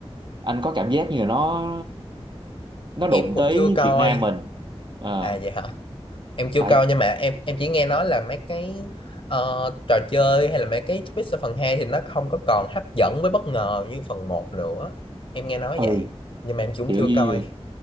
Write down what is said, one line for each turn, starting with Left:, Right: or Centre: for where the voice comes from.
Right: anh có cảm giác như là nó nó
Left: em
Right: đụng
Left: cũng
Right: tới
Left: chưa coi
Right: Việt Nam mình. À,
Left: à vậy hả em chưa
Right: tại
Left: coi nhưng mà em em chỉ nghe nói là mấy cái ờ, trò chơi hay là mấy cái twist ở phần 2 thì nó không có còn hấp dẫn với bất ngờ như phần một nữa em nghe nói
Right: ừ,
Left: vậy nhưng mà em cũng
Right: kiểu
Left: chưa
Right: như
Left: coi
Right: như-